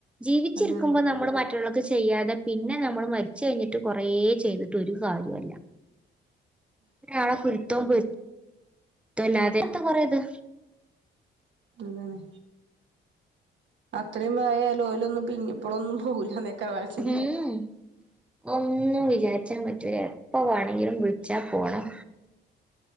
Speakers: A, in the centre; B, on the right.
A: ജീവിച്ചിരിക്കുമ്പോ
B: അതാണ്
A: നമ്മള് മറ്റു ചെയ്യാതെ പിന്നെ നമ്മള് മരിച്ച കഴിഞ്ഞിട്ട് കൊറേ ചെയ്തിട്ട് ഒരു കാര്യവൊല്ല അവര് ആളപ്പുഴ തൊമ്പ് <unintelligible> അതെന്താ കൊറയത്ത്
B: അതാണ് അത്രയും വായ ലോലൊന്നും പിന്നെ ഇപ്പോഴൊന്നും പോവില്ലന്നക്കാ അവര ചിന്ത
A: ഉം ഒന്നും വിചാരിച്ചാൻ പറ്റൂല എപ്പ വേണെങ്കിലും വിളിച്ചാ പോണം